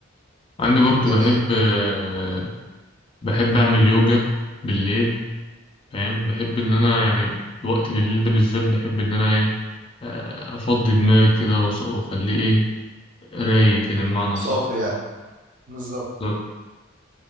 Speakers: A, on the left (about 25°); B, on the right (about 40°).
A: عندي برضو
B: جميل
A: بحب آه بحب اعمل يوجا بالليل فاهم بحب إن أنا يعني الوقت بالليل ده بالذات بحب إن أنا إيه آه، أفضي دماغي كده وأص- وأخليه إيه رايق كده بمعنى
B: صافي
A: صح
B: يعني بالظبط
A: بالظبط